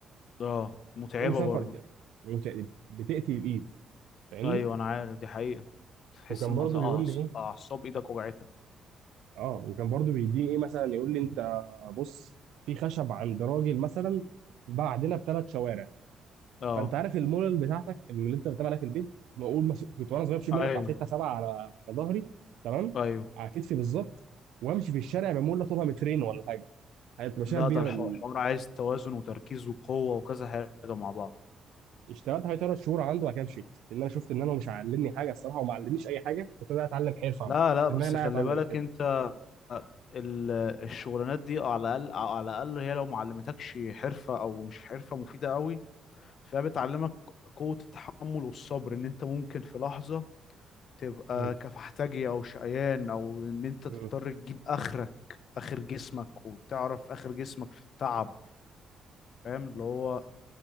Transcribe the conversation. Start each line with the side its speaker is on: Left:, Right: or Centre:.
Left: اه متعبة
Right: المهم سافر
Left: برضو
Right: كده وت- بتقتل الايد فاهمني
Left: ايوه انا عارف دي حقيقة تحس
Right: وكان
Left: ان
Right: برضه
Left: أعص-
Right: بيقول لي ايه
Left: اعصاب ايدك وجعتك
Right: اه وكان برضو بيديني ايه مثلا يقول لي انت بص في خشب عند راجل مثلا بعدنا بثلاث شوارع
Left: اه
Right: فانت عارف المولل بتاعتك اللي انت بتعملها في البيت بقول مس... كنت وانا صغير بشيل
Left: ايوه
Right: منها
Left: ايوح
Right: بتاع 6 7 على على ظهري تمام
Left: ايوه.
Right: على كتفي بالظبط وامشي في الشارع بمولة طولها مترين ولا حاجه هتبقى شايف
Left: لا
Right: بيها
Left: ده الح-
Right: بال...
Left: الحوار عايز توازن وتركيز وقوة وكذا حاجة مع بعض
Right: اشتغلت حوالي ثلاث شهور عنده وبعد كده مشيت لان انا شفت ان انا مش علمني حاجه الصراحه وما علمنيش اي حاجه كنت انا اتعلم حرفه عموماً.
Left: لا لا
Right: في
Left: بس
Right: دماغي ان انا
Left: خلي
Right: اتعلم
Left: بالك
Right: الحرفه
Left: انت ال- الشغلانات دي على الاقل على الاقل هي لو ما علمتكش حرفه او مش حرفه مفيده قوي فهي بتعلمك قوه التحمل والصبر ان انت ممكن في لحظه تبقى
Right: مم.
Left: كفحتاجي او شقيان او ان انت
Right: مم.
Left: تضطر تجيب اخرك اخر جسمك وتعرف اخر جسمك في التعب فاهم اللي هو